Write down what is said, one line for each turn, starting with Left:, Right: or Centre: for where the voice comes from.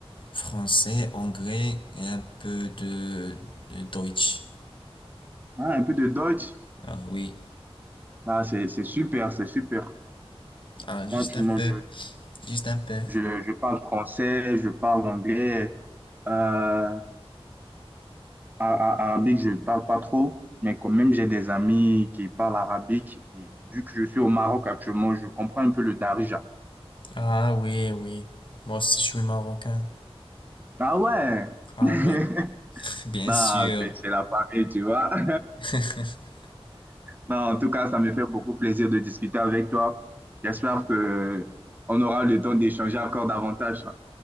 Left: français, anglais et un peu de, de Deutsch.
Right: hein, un peu de Deutsch.
Left: Ah oui,
Right: Ah, c'est, c'est super, c'est super.
Left: ah, juste
Right: Moi, tu,
Left: un
Right: moi,
Left: peu,
Right: je,
Left: juste un peu.
Right: je, je parle français, je parle anglais. Euh, a- a- arabique, je parle pas trop, mais quand même, j'ai des amis qui parlent arabique. Et vu que je suis au Maroc actuellement, je comprends un peu le darija.
Left: Ah oui, oui. Moi aussi, je suis marocain.
Right: Ah ouais! <laughs>
Left: Ah oui? Bien
Right: Non,
Left: sûr.
Right: c'est c'est la famille, tu vois. <laughs>
Left: <laughs>
Right: Non, en tout cas, ça me fait beaucoup plaisir de discuter avec toi. J'espère que on aura le temps d'échanger encore davantage.